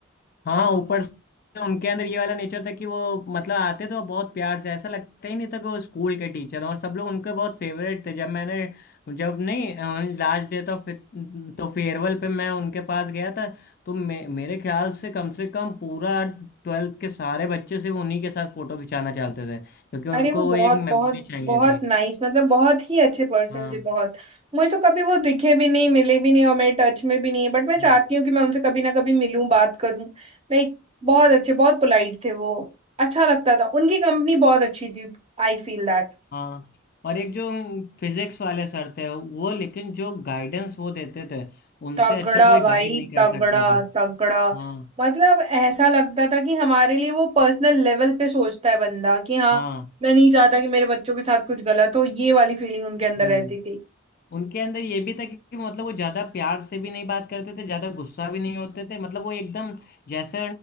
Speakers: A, on the left (about 45°); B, on the right (about 30°).
A: हाँ ऊपर से उनके अंदर ये वाला नेचर था कि वो मतलब आते तो बहुत प्यार से ऐसा लगता ही नहीं था कि वो स्कूल के टीचर और सब लोग उनके बहुत फेवरेट थे जब मैंने जब नहीं लास्ट डे तो फिर- तो फेयरवेल पे मैं उनके पास गया था तो मे, मेरे ख्याल से कम से कम पूरा ट्वेल्थ के सारे बच्चे सिर्फ उन्हीं के साथ फोटो खिंचाना चाहते थे क्योंकि उनको
B: अरे वो बहुत
A: वो एक मेमोरी
B: बहुत
A: चाहिए
B: बहुत
A: थी
B: नाइस मतलब बहुत ही अच्छे पर्सन
A: हाँ
B: थे बहुत मुझे तो कभी वो दिखे भी नहीं मिले भी नहीं और मेरे टच में भी नहीं है बट मैं चाहती
A: हम्म।
B: हूँ कि मैं उनसे कभी ना कभी मिलूं बात करूं लाइक बहुत अच्छे बहुत पोलाइट थे वो अच्छा लगता था उनकी कंपनी बहुत अच्छी थी I feel that
A: हाँ और एक जो फिजिक्स वाले सर थे वो लेकिन जो गाइडेंस वो देते थे उनसे
B: तगड़ा
A: अच्छा कोई
B: भाई
A: गाइड नहीं कर
B: तगड़ा
A: सकता था
B: तगड़ा
A: हाँ
B: मतलब ऐसा लगता था कि हमारे लिए वो पर्सनल लेवल पे सोचता है बंदा कि हाँ
A: हाँ
B: मैं नहीं चाहता कि मेरे बच्चों के साथ कुछ गलत हो ये वाली फीलिंग उनके अंदर
A: हम्म
B: रहती थी
A: उनके अंदर ये भी था कि मतलब वो ज्यादा प्यार से भी नहीं बात करते थे ज्यादा गुस्सा भी नहीं होते थे मतलब वो एकदम जैसे